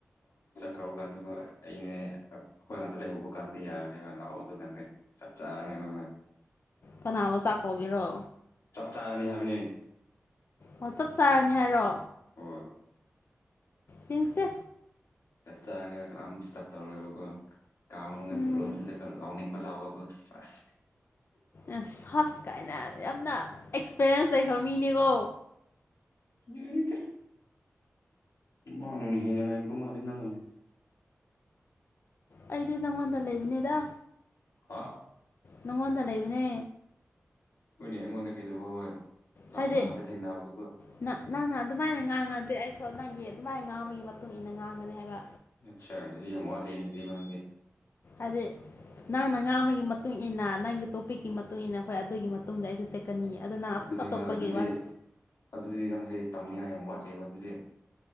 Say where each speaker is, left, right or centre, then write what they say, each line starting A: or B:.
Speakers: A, on the left; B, on the left.
A: ꯇꯧ ꯀꯥꯟꯗꯀꯣ ꯑꯩꯅꯦ ꯈꯣꯏ ꯉꯥꯛꯇ ꯂꯩꯍꯧꯕꯒꯥ ꯀꯥꯟꯗꯤ ꯌꯥꯔꯅꯤꯕ ꯂꯥꯛꯑꯣ ꯑꯗꯨꯀꯥꯟꯗ ꯆꯞ ꯆꯥꯔꯅꯤ ꯍ <unintelligible>
B: ꯀꯅꯥꯕꯨ ꯆꯥꯛ ꯀꯧꯒꯦꯔꯣ
A: ꯆꯞ ꯆꯥꯔꯅꯤ ꯍꯥꯏꯕꯅꯤ
B: ꯑꯣ ꯆꯞ ꯆꯥꯔꯅꯤ ꯍꯥꯏꯔꯣ
A: ꯍꯣꯏ
B: ꯌꯦꯡꯁꯦ
A: ꯆꯞ ꯆꯥꯔꯅꯤ ꯀꯅꯥꯝ ꯗꯤꯁꯇꯔꯞ ꯇꯧꯔꯔꯣꯏꯕꯀꯣ ꯀꯥ ꯃꯅꯨꯡꯗ
B: ꯎꯝ
A: ꯂꯣꯟꯁꯤꯜꯂ ꯂꯥꯎꯅꯤꯡꯕ ꯂꯥꯛꯑꯣꯀꯣ ꯁꯦꯁ
B: ꯑꯦꯁ ꯍꯁ ꯀꯥꯏꯅ ꯌꯥꯝꯅ ꯑꯦꯛꯁꯄꯤꯔꯤꯌꯦꯟꯁ ꯂꯩꯈ꯭ꯔꯕ ꯃꯤꯅꯦꯀꯣ
A: ꯂꯩꯇꯦ ꯃꯥꯅ ꯑꯣꯏꯅ ꯍꯦꯟꯅ ꯂꯩꯔꯝꯗꯣꯏ ꯃꯤꯜꯂꯤ ꯅꯪ ꯑꯣꯏꯅ
B: ꯑꯩꯗꯤ ꯅꯪꯉꯣꯟꯗ ꯂꯩꯕꯅꯤꯗ
A: ꯍꯥ
B: ꯅꯪꯉꯣꯟꯗ ꯂꯩꯕꯅꯦ
A: ꯍꯣꯏꯅꯦ ꯑꯩꯉꯣꯟꯗ ꯀꯩꯗꯧꯕ ꯍꯣꯏ ꯂꯥꯁ
B: ꯍꯥꯏꯗꯤ
A: ꯅꯥꯏꯠ ꯉꯥꯛꯇ ꯊꯦꯡꯅꯕꯗꯨꯒ
B: ꯅ ꯅꯪꯅ ꯑꯗꯨꯃꯥꯏꯅ ꯉꯥꯡꯉꯗꯤ ꯑꯩꯁꯨ ꯅꯪꯒꯤ ꯑꯗꯨꯃꯥꯏꯅ ꯉꯥꯡꯕꯒꯤ ꯃꯇꯨꯡ ꯏꯟꯅ ꯉꯥꯡꯒꯅꯤ ꯍꯥꯏꯕ
A: ꯑꯠꯁꯥ <unintelligible>
B: ꯑꯗꯤ ꯅꯪꯅ ꯉꯥ ꯑꯃꯒꯤꯒꯤ ꯃꯇꯨꯡ ꯏꯟꯅ ꯅꯪꯒꯤ ꯇꯣꯄꯤꯛꯀꯤ ꯃꯇꯨꯡ ꯃꯇꯨꯡꯏꯟꯅ ꯍꯣꯏ ꯑꯗꯨꯒꯤ ꯃꯇꯨꯡ ꯑꯩꯁꯨ ꯆꯠꯀꯅꯤ ꯑꯗꯣ ꯅꯪ ꯑꯗꯨꯝ
A: ꯑꯗꯨꯅꯦꯕ
B: ꯑꯇꯣꯞꯄꯒꯤ
A: ꯑꯗꯨꯗꯤ
B: ꯋꯥꯔꯤ
A: ꯑꯗꯨꯗꯤ ꯅꯪꯁꯦ ꯇꯝꯅꯤꯡꯉꯥꯏ ꯌꯥꯝ ꯋꯥꯠꯂꯤꯕ ꯑꯗꯨꯗꯤ